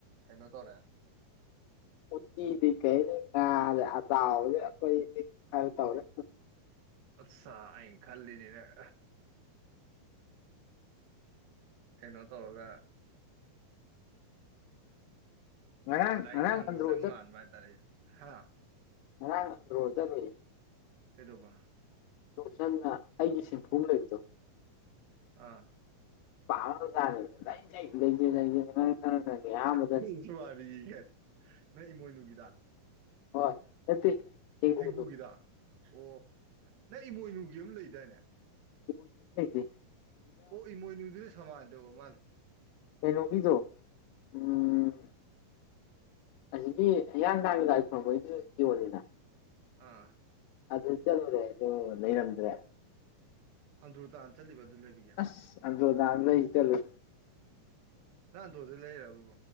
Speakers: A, on the right; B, on the left.
A: ꯀꯩꯅꯣ ꯇꯧꯔꯛꯑꯥ
B: ꯎꯇꯗꯤ ꯀꯩ ꯉꯥ ꯑꯇꯥꯎꯗꯦ ꯑꯩꯈꯣꯏ ꯈꯔ ꯇꯧꯔꯦ
A: ꯑꯠꯁꯥ ꯑꯩꯅ ꯈꯜꯂꯤꯅꯦ ꯅꯪ ꯀꯩꯅꯣ ꯇꯧꯔꯒ
B: ꯉꯔꯥꯡ
A: ꯂꯥꯏꯔꯤꯛ
B: ꯉꯔꯥꯡ
A: ꯍꯪꯕꯥ
B: ꯑꯟꯗ꯭ꯔꯣ
A: ꯆꯪꯕꯥ ꯃꯥꯥꯟꯕ ꯍꯥꯏꯇꯔꯦ ꯍꯥꯥ
B: ꯉꯔꯡ ꯑꯟꯗꯔꯣ ꯆꯠꯂꯨꯏꯌꯦ
A: ꯀꯩꯗꯧꯕ
B: ꯇꯣꯞꯆꯟꯅ ꯑꯩꯒꯤ ꯁꯦꯝꯐꯨ ꯑꯃꯥ ꯂꯩꯕꯗꯣ
A: ꯑꯥ
B: ꯇꯥꯎꯔ ꯆꯥꯖ‌ꯦ ꯂ‌ꯩꯖ‌ꯦ ꯂꯩꯖ‌ꯦ ꯂꯩꯖ‌ꯦꯅ ꯅꯪ ꯅ‌ꯣꯏ ꯅꯌꯥꯝ
A: ꯀꯔꯤ ꯋꯔꯤ ꯒꯥꯗꯤ ꯅꯣꯏ ꯏꯃꯣꯏꯅꯨꯒꯤꯗ
B: ꯍꯣꯏ ꯅꯠꯇꯦ ꯊꯦꯡꯒꯨꯗꯣ
A: ꯊꯦꯡꯒꯨꯒꯤꯗ ꯑꯣ ꯅꯪ ꯏꯃꯣꯏꯅꯨꯒꯤ ꯑꯃ ꯂꯩꯗꯥꯏꯅꯦ
B: ꯊꯦꯡꯎꯗꯤ ꯂꯩꯇꯦꯖꯦ
A: ꯑꯣ ꯏꯃꯣꯏꯅꯨꯗꯨꯅ ꯁꯃꯥꯟꯗ ꯑꯣ ꯃꯥꯜꯂꯦ
B: ꯀꯩꯅꯣꯒꯤꯗꯣ ꯎꯝ ꯑꯁꯤꯒꯤ ꯍꯤꯌꯥꯡꯗꯥꯡꯒꯤ ꯂꯥꯏ ꯈ‌ꯣꯔꯝꯕꯩꯗꯖꯨ ꯌꯣꯜꯂꯤꯅ
A: ꯑꯥ
B: ꯑꯗꯨ ꯆꯠꯂꯨꯔꯦ ꯑꯗꯨ ꯂꯩꯔꯝꯗ꯭ꯔꯦ
A: ꯑꯪꯗ꯭ꯔꯣꯔ ꯇꯥꯥꯟ ꯆꯠꯂꯤꯕ ꯑꯗꯨ ꯂꯩꯕꯒꯤ
B: ꯑꯁ ꯑꯗꯣꯗꯂ ꯏꯇꯂ
A: ꯅꯪ ꯑꯟꯗꯔꯣꯗꯩꯩ ꯂꯩꯔꯕꯕꯣ